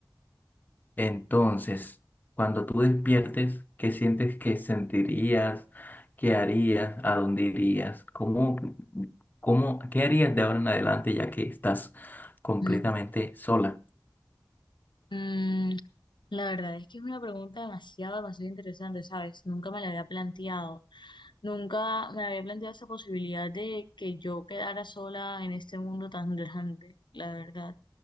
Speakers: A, on the left; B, on the left.
A: Entonces, cuando tú despiertes, ¿qué sientes que sentirías? ¿Qué harías? ¿A dónde irías? ¿Cómo, cómo, qué harías de ahora en adelante ya que estás completamente
B: ujú.
A: sola?
B: Mm, la verdad es que es una pregunta demasiado, demasiado interesante, ¿sabes? Nunca me la había planteado. Nunca me había planteado esa posibilidad de que yo quedara sola en este mundo tan <laughs> grande, la verdad.